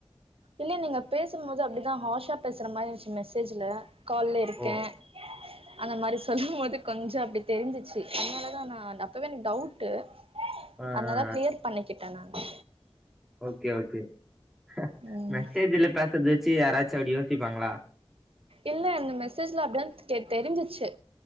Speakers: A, on the right (about 75°); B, in the centre.
A: இல்ல நீங்க பேசும்மோது அப்டிதா ஹாஷ்ஷா பேசுற மாரி இருச்சு மெசேஜ்ஜுல்ல கால்ல இருக்கே
B: ஓ
A: <inaudible> அந்த மாரி சொல்லும்மோது கொஞ்சொ அப்டி தெரிஞ்சுச்சு அனாலதா நான் அப்பவே எனக் டவுட்டு
B: ஆ
A: அனால
B: ஆ
A: கிளியர் பண்ணிக்கிட்டே நான்னு
B: ஓக்கே ஓக்கே ஹ
A: ம்
B: மெசேஜ்ஜுல்ல பேசற்து வெச்சு யாராச்சு அப்டி யோசிப்பாங்களா
A: இல்ல அந்த மெசேஜ்ல அப்டிதா தெ தெரிஞ்சிச்சு